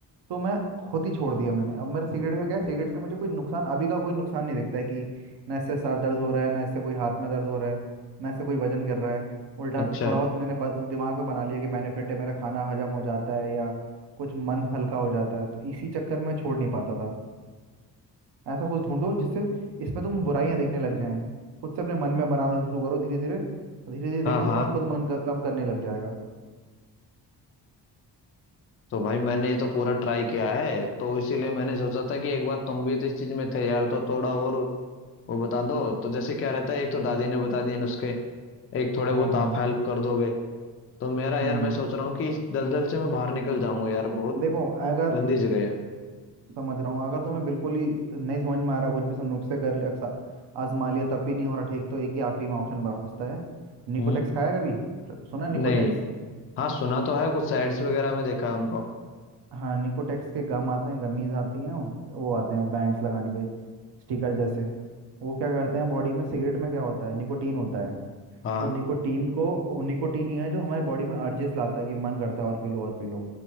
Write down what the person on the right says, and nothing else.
तो मैं खुद ही छोड़ दिया मैंने अब मेरा सिगरेट का क्या है सिगरेट से मुझे कोई नुकसान अभी का कोई नुकसान नहीं दिखता है कि ना इससे सर दर्द हो रहा है ना इससे कोई हाथ में दर्द हो रहा है ना इससे कोई वजन गिर रहा है उल्टा
थोड़ा बहुत मैंने ब- दिमाग में बना लिया कि बेनिफिट है मेरा खाना हजम हो जाता है या कुछ मन हल्का हो जाता है तो इसी चक्कर में छोड़ नहीं पाता था ऐसा कुछ ढूंढो जिससे इसमें तुम बुराइयां देखने लग जाएं खुद से अपने मन में बनाना शुरू करो धीरे धीरे धीरे धीरे देखना
तुम्हारा खुद मन क- कम करने लग जाएगा
हाँ
हाँ
हम्म
देखो अगर
समझ रहा हूँ अगर तुम्हें बिल्कुल ही नहीं समझ में आ रहा कुछ भी सब नुस्खे कर लिया अक्सा- आजमा लिया तब भी नहीं हो रहा ठीक तो एक ही आखिरी में ऑप्शन बचता है निकोटेक्स
खाया कभी सुना है निकोटेक्स
हाँ निकोटेक्स के गम आते हैं गमीज आती हैं और वो आते हैं बैंड्स लगाने के स्टिकर जैसे वो क्या करते हैं बॉडी में सिगरेट में क्या होता है निकोटीन होता है
तो निकोटीन को वो निकोटीन ही है जो हमारे बॉडी में अर्जेस लाता है कि मन करता है और पी लो और पी लो